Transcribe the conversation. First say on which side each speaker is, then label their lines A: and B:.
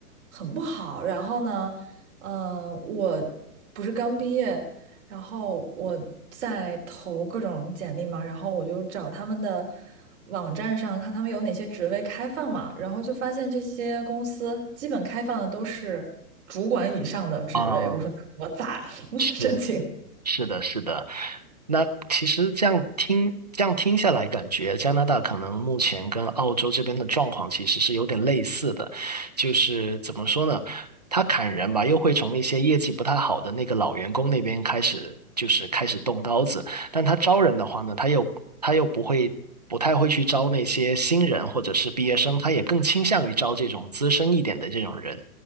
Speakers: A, on the right (about 45°); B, on the right (about 30°).
A: 很不好。然后呢，呃，我不是刚毕业，然后我在投各种简历嘛，然后我就找他们的网站上看他们有哪些职位开放嘛，然后就发现这些公司基本开放的都是主管以上的职位。
B: 啊，
A: 我说那我咋
B: 是。
A: <laughs> 申请？
B: 是的，是的。那其实这样听，这样听下来，感觉加拿大可能目前跟澳洲这边的状况其实是有点类似的，就是怎么说呢？他砍人吧，又会从一些业绩不太好的那个老员工那边开始，就是开始动刀子。但他招人的话呢，他又他又不会，不太会去招那些新人或者是毕业生，他也更倾向于招这种资深一点的这种人。